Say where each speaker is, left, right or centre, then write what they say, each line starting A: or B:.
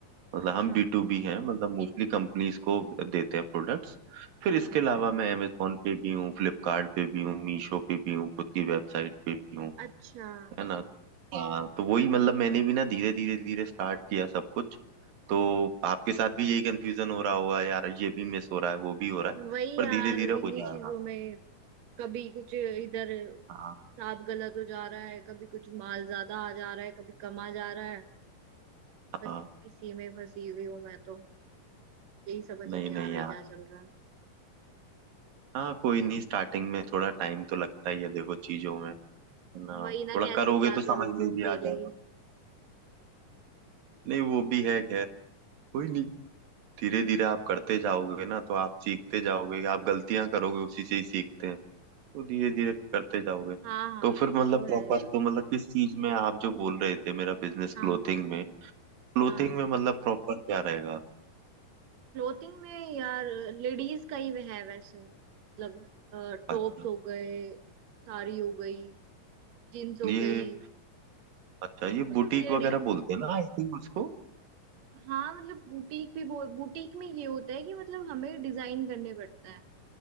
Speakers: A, on the right; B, on the right.
A: मतलब
B: अच्छा
A: हम बी टू बी हैं मतलब मोस्टली कंपनीज को देते हैं प्रोडक्ट्स फिर
B: अच्छा
A: इसके
B: अच्छा
A: अलावा मैं अमेजोन पे भी हूँ फ्लिपकार्ट पे भी हूँ मीशो पे भी हूँ खुद की वेबसाइट पे भी हूँ
B: अच्छा
A: है ना हाँ तो वही मतलब मैंने भी ना धीरे धीरे धीरे स्टार्ट किया सब कुछ तो आपके साथ भी यही कंफ्यूजन हो रहा होगा यार ये भी मिस हो रहा है वो भी हो रहा है
B: वही
A: पर
B: यार
A: धीरे धीरे
B: इन्हीं
A: हो जाएगा
B: चीजों में कभी कुछ इधर
A: हाँ
B: साफ गलत हो जा रहा है कभी कुछ माल ज्यादा आ जा रहा है कभी कम आ जा रहा है बस
A: हाँ
B: इसी में फंसी हुई हूँ मैं तो यही समझ
A: नहीं
B: नहीं
A: नहीं
B: आ रहा
A: यार
B: है क्या चल रहा है
A: हाँ कोई नहीं स्टार्टिंग में थोड़ा टाइम तो लगता ही है देखो चीजों में है ना
B: वही ना
A: थोड़ा
B: कैसे
A: करोगे
B: क्या
A: तो समझ
B: करूँ
A: में भी
B: अकेले
A: आ जाएगा
B: ही
A: नहीं वो भी है खैर कोई नहीं धीरे धीरे आप करते जाओगे ना तो आप सीखते जाओगे आप गलतियां करोगे उसी से ही सीखते हैं तो धीरे धीरे करते जाओगे
B: हाँ हाँ
A: तो फिर मतलब
B: ये तो
A: प्रॉपर
B: है यार
A: तो मतलब किस चीज में आप जो बोल रहे थे मेरा बिजनेस
B: हाँ
A: क्लोथिंग में क्लोथिंग
B: हाँ
A: में मतलब प्रॉपर क्या रहेगा
B: क्लोथिंग में यार लेडीज का ही वह है वैसे मतलब टॉप्स
A: अच्छा
B: हो गए साड़ी हो गई जीन्स हो
A: ये
B: गई
A: अच्छा ये
B: मतलब
A: बुटीक
B: लेडी
A: वगैरह बोलते हैं ना आई थिंक उसको
B: हाँ मतलब बुटीक भी बुटीक में ये होता है कि मतलब हमें डिजाइन करने पड़ता है